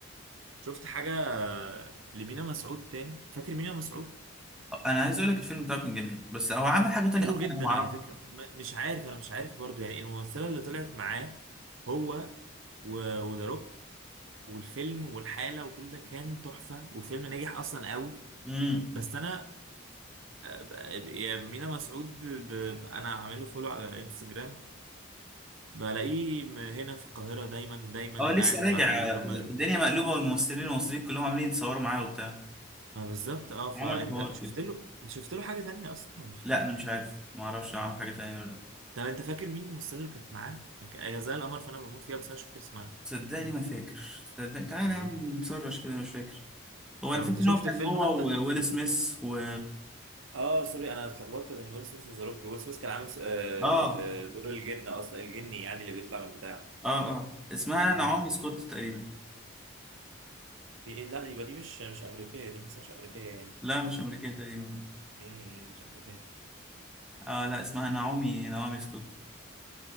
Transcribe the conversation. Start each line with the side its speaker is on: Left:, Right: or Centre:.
Right: شفت حاجه آه، لمينا مسعود تاني فاكر مينا مسعود
Centre: انا عايز اقول لك الفيلم بتاعه كان جميل بس هو عمل حاجه تانية
Right: حلو
Centre: اصلا
Right: جدا
Centre: انا
Right: على
Centre: ما
Right: فكره ما- مش عارف انا مش عارف برضو يعني الممثله اللي طلعت معاه هو وذا روك والفيلم والحاله وكل ده كان تحفه والفيلم نجح اصلا قوي
Centre: اعرفها
Right: بس انا بقى- يا مينا مسعود ب... ب- انا عامل له فولو على انستجرام بلاقيه م- هنا في القاهرة دايما دايما
Centre: اه لسه
Right: قاعد
Centre: راجع
Right: مع اللي
Centre: الدنيا
Right: هم ال-
Centre: مقلوبه والممثلين المصريين كلهم عاملين يتصوروا معايا وبتاع
Right: ما بالظبط اه فانت
Centre: عمل حوار
Right: شفت
Centre: كده
Right: له انت شفت له حاجة تانية اصلا ولا ما شفتوش
Centre: لا انا مش عارف ما اعرفش عمل حاجه تانية ولا لا
Right: طب انت فاكر مين الممثلة اللي كانت معاه يعني هي زي القمر فانا بموت فيها بس انا مش فاكر اسمها
Centre: صدقني ما فاكر صدقني تعالى
Right: برضه
Centre: يا عم نسرش كده مش فاكر هو
Right: طب
Centre: انا فاكر
Right: انت شفت
Centre: ان هو كان
Right: الفيلم
Centre: هو
Right: حتى
Centre: وويل سميث و
Right: اه سوري انا اتلخبطت بين ويل سميث وذا روك ويل سميث كان عامل س- آه،
Centre: اه
Right: آه، دور الجن اصلا الجني يعني اللي بيطلع من بتاع
Centre: اه اه اسمها
Right: م-
Centre: نعومي
Right: م.
Centre: سكوت تقريبا
Right: دي ايه لا يبقى دي مش مش امريكية دي ما اسمهاش امريكية يعني
Centre: لا مش امريكيه تقريبا
Right: امم شكله كده
Centre: اه لا اسمها نعومي نعومي سكوت